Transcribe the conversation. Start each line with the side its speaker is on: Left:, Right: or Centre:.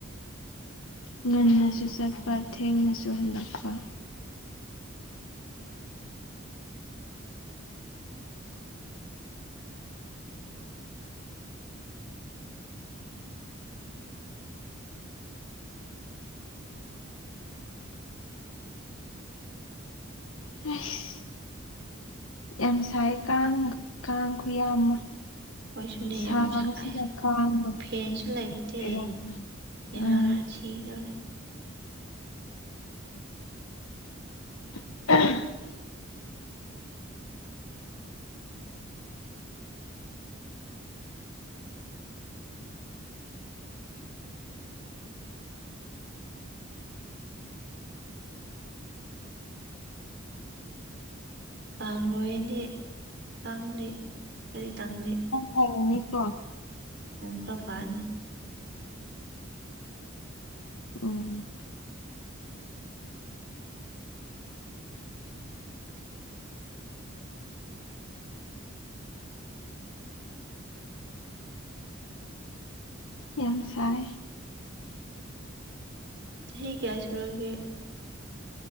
Left: ꯉꯟꯅꯁꯨ ꯆꯠꯄ ꯊꯦꯡꯅꯁꯨ ꯍꯜꯂꯛꯄ ꯑꯁ ꯌꯥꯝ ꯁꯥꯏ ꯀꯥꯡ ꯀꯥꯡ ꯈꯨꯌꯥꯝ ꯑꯃ
Right: ꯈꯣꯏꯁꯨꯅꯦ
Left: ꯁꯥꯕꯁꯤꯗ
Right: ꯌꯥꯝ ꯁꯥꯏ
Left: ꯀꯥꯡꯗꯣ
Right: ꯐꯦꯟꯁꯨ ꯂꯩꯇꯦ
Left: ꯕꯦꯔꯥꯅꯤ
Right: ꯌꯥ
Left: ꯎꯝ
Right: ꯁꯤꯗꯣꯔꯦ
Left: <unintelligible>
Right: ꯀꯥꯡ ꯂꯣꯏꯗꯤ ꯀꯥꯡꯗꯤ ꯀꯔꯤꯇꯪꯂꯤ
Left: ꯍ ꯃꯤꯠꯇꯣ
Right: ꯈꯔ ꯐꯔꯅꯤ
Left: ꯎꯝ ꯌꯥꯝ ꯁꯥꯏ
Right: ꯆꯍꯤ ꯀꯌꯥ ꯁꯨꯨꯔꯒꯦ